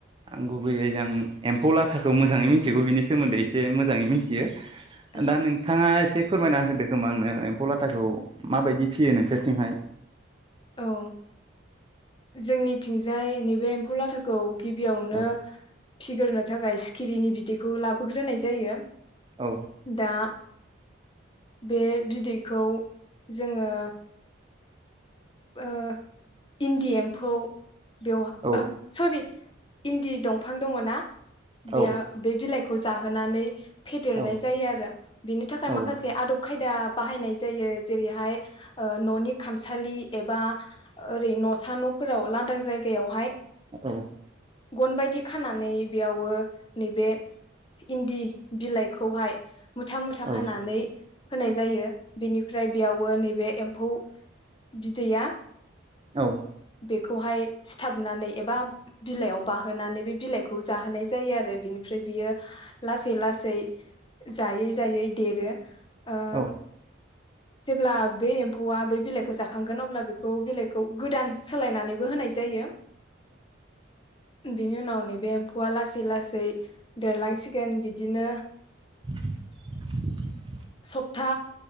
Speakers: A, on the right; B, on the left.
A: आंगौ गुबैयैहाय जां एम्फौ लाथाखौ मोजाङै मिनथिगौ बिनि सोमोन्दै एसे मोजाङै मिनथियो ।
B: औ
A: दा नोंथाङा एसे फोरमायना होदो खोमा आंनो एम्फौ लाथाखौ माबायदि फियो नोंसोरथिंहाय?
B: औ जोंनि थिंजाय नैबे एम्फौ लाथाखौ गिबियावनो
A: औ
B: फिगोरनो थाखाय सिखिरिनि बिदैखौ लाबोग्रोनाय जायो।
A: औ
B: दा बे बिदैखौ जोङो ओ इन्दि एम्फौ बेवहा
A: औ
B: सरि इन्दि दंफां दङ ना?
A: औ
B: बेया बे बिलाय खौ जाहोनानै फेदेरनाय
A: औ
B: जायो आरो बिनि थाखाय
A: औ
B: माखासे आदब खा खायदा बाहायनाय जायो जेरैहाय ओ न'नि खामसालि एबा ओरै न'सा न'फोराव लांदां जायगायावहाय
A: औ
B: गन बायदि खानानै बेयावो नैबे इन्दि बिलाइखौहाय मुथा मुथा
A: औ
B: खानानै होनाय जायो बिनिफ्राय बेयावो नैबे एम्फौ बिदैया
A: औ
B: बेखौहाय सिथाबनानै एबा बिलाइयाव बाहो नानै बे बिलाइखौ जाहोनाय जायो आरो बिनिफ्राय बियो लासै लासै जायै- जायै देरो ओ
A: औ
B: जेब्ला बे एम्फौआ बे बिलाइ खौ जाखांगोन अब्ला बेखौ बिलाइखौ गोदान सोलायनानैबो होनाय जायो। बेनि उनाव नैबे फुवा लासै लासै देरलांसिग सेकेन बिदिनो
A: <unintelligible>
B: सप्ता